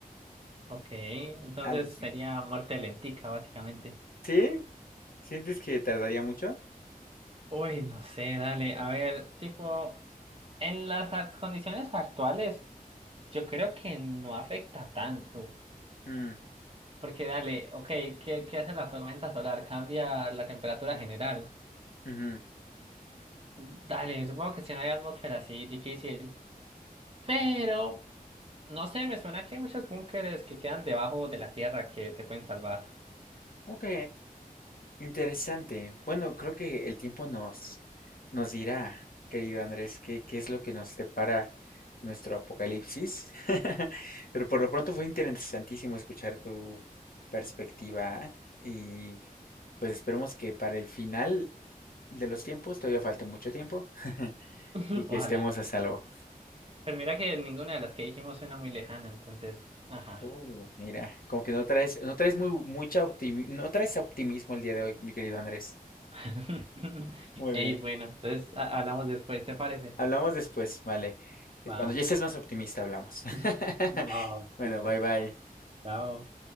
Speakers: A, on the right; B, on the left.
A: Ok, entonces
B: algo así.
A: sería muerte lentica, básicamente.
B: ¿Sí? ¿Sientes que tardaría mucho?
A: Uy, no sé, dale. A ver, tipo, en las ac- condiciones actuales, yo creo que no afecta tanto.
B: Mm,
A: Porque dale, ok, ¿qué, qué hace la tormenta solar? Cambia la temperatura general.
B: ujú.
A: Dale, supongo que si no hay atmósfera así, difícil. Pero,
B: Ok.
A: no sé, me suena que hay muchos búnkeres que quedan debajo de la tierra que se pueden salvar.
B: Ok, Interesante. Bueno, creo que el tiempo nos, nos dirá, querido Andrés, qué, qué es lo que nos depara nuestro apocalipsis. <laughs> Pero por lo pronto fue interesantísimo escuchar tu perspectiva y pues esperemos que para el final de los tiempos todavía falte mucho tiempo <laughs>
A: <laughs>
B: y que
A: Ojalá.
B: estemos a salvo.
A: Pues mira que ninguna de las que dijimos suena muy lejana, entonces, ajá.
B: Uh, mira, como que no traes, no traes muy, mucha optimi- no traes optimismo el día de hoy, mi querido Andrés.
A: <laughs>
B: Muy
A: Ey,
B: bien.
A: bueno, entonces ha- hablamos después, ¿te parece?
B: Hablamos después, vale. Eh,
A: Va,
B: Cuando ya estés más optimista, hablamos. <laughs>
A: <laughs> va, va,
B: Bueno,
A: listo.
B: bye bye.
A: Chao.